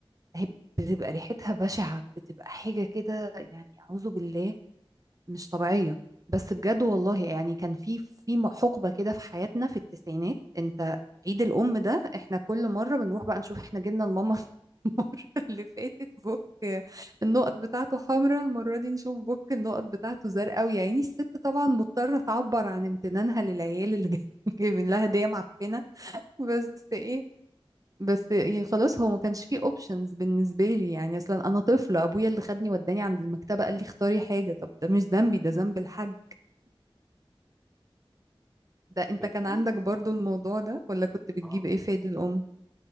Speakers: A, on the right (about 35°); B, in the centre.
A: هي بتبقى ريحتها بشعة بتبقى حاجة كده يعني أعوذ بالله مش طبيعية بس بجد والله يعني كان في في حقبة كده في حياتنا في التسعينات انت عيد الأم ده احنا كل مرة بنروح بقى نشوف احنا جبنا لماما <laughs> المرة اللي فاتت بوك النقط بتاعته حمراء المرة دي نشوف بوك النقط بتاعته زرقاء ويا عيني الست طبعا مضطرة تعبر عن امتنانها للعيال اللي <laughs> جايبين لها هدية معفنة بس ايه بس يعني خلاص هو ما كانش فيه اوبشنز بالنسبه لي يعني اصلا انا طفله ابويا اللي خدني وداني عند المكتبه قال لي اختاري حاجه طب ده مش ذنبي ده ذنب الحاج ده انت
B: كان
A: كان
B: في
A: عندك برضو الموضوع ده ولا كنت بتجيب
B: اه
A: ايه في عيد الام